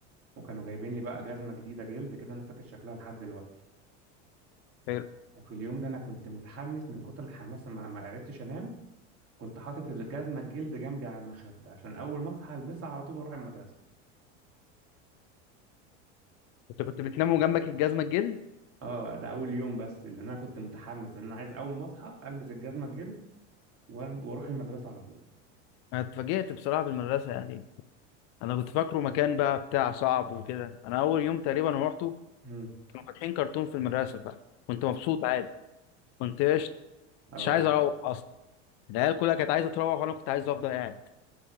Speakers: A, on the right; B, on the left.
A: وكانوا جايبين لي بقى جزمة جديدة جلد كده أنا فاكر شكلها لحد دلوقتي
B: حلو
A: وفي اليوم ده أنا كنت متحمس من كتر الحماس ما ما عرفتش أنام كنت حاطط الجزمة الجلد جنبي على المخدة عشان أول ما أصحى ألبسها على طول وأروح المدرسة
B: انت كنت بتنام وجنبك الجزمه الجلد
A: أه ده أول يوم بس لأن أنا كنت متحمس إن أنا عايز أول ما أصحى ألبس الجزمة الجلد وأل- وأروح المدرسة على طول
B: انا اتفاجئت بصراحه في المدرسه يعني انا كنت فاكره مكان بقى بتاع صعب وكده انا اول يوم تقريبا روحته
A: امم
B: كانوا فاتحين كرتون في المدرسه فكنت مبسوط عادي كنت قشط
A: أه
B: مش عايز اروح اصلا العيال كلها كانت عايزه تروح وانا كنت عايز افضل قاعد